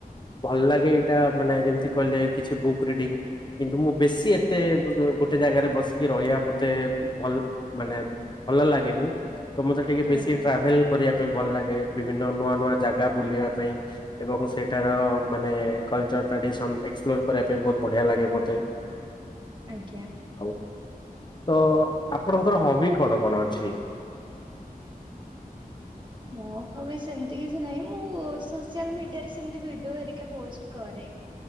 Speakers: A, on the left; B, on the right.
A: ଭଲ ଲାଗେ ଏଇଟା ମାନେ ଯେମିତି କହିଲେ କିଛି ବୁକ୍ ରିଡିଙ୍ଗ। କିନ୍ତୁ ମୁଁ ବେଶୀ
B: ଆଜ୍ଞା
A: ଏତେ ଗୋ ଗୋଟେ ଜାଗାରେ ବସିକି ରହିବା ମତେ ଭଲ ମାନେ ଭଲ ଲାଗେନି। ତମ ଟା ଟିକେ ବେଶୀ
B: ଆଜ୍ଞା
A: ଟ୍ରାେଭେଲ କରିବା ମ ଭଲ ଲାଗେ। ବିଭିନ୍ନ ନୂଆ ନୂଆ ଜାଗା ବୁଲିବା ପାଇଁ ଏବଂ ସେଇଠାର ମାନେ କଲଚର ଟ୍ରାଡିସନ ଏକ୍ସପ୍ଲୋର କରିବା ପାଇଁ ବହୁତ ବଢିଆ ଲାଗେ ମତେ।
B: ଆଜ୍ଞା
A: ଆଉ ତ ଆପଣଙ୍କର ହବି କଣ କଣ ଅଛି
B: ମୋ ହବ ସେମିତି କିଛି ନହିଁ ମୁଁ ସୋସିଲ ମିଡିଆରେ ସେମ ଭିଡିରିକ ପୋଷ୍ଟ କରେ